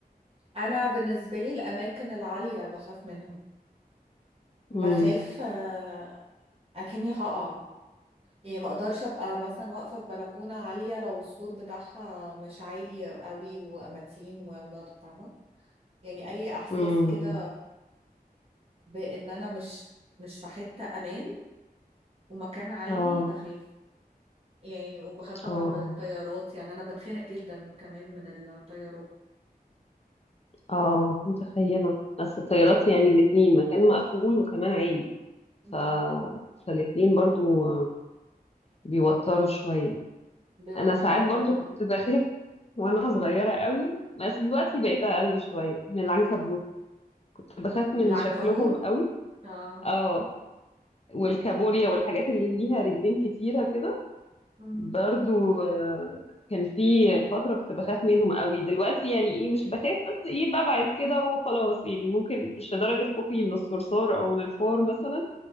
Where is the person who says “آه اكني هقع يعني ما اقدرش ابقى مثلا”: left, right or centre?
Right